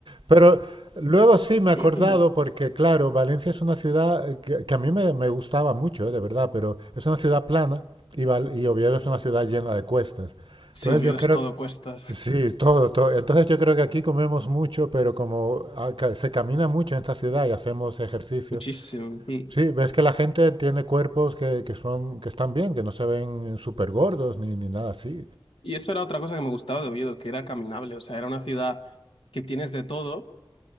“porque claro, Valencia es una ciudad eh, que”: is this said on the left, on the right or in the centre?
Right